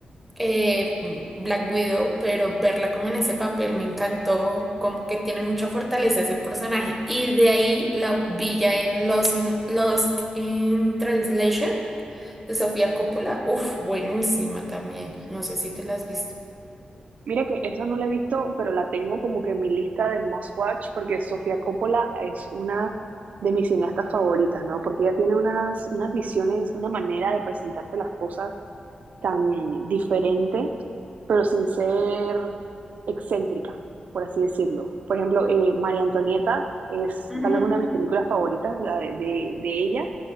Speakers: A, in the centre; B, on the right (about 70°).
A: eh, Black Widow, pero verla como en ese papel me encantó, como que tiene mucha fortaleza ese personaje. Y de ahí la villa en Lost in, Lost in Translation de Sofía Coppola, uf, buenísima también, no sé si te la has visto.
B: mira que esa no la he visto, pero la tengo como que en mi lista de must watch, porque Sofía Coppola es una de mis cineastas favoritas, ¿no? Porque ella tiene unas, unas visiones, una manera de presentarte las cosas tan diferente, pero sin ser excéntrica, por así decirlo. Por ejemplo, eh, María Antonieta es
A: Mm,
B: tal vez una de mis películas favoritas, la de, de- de ella,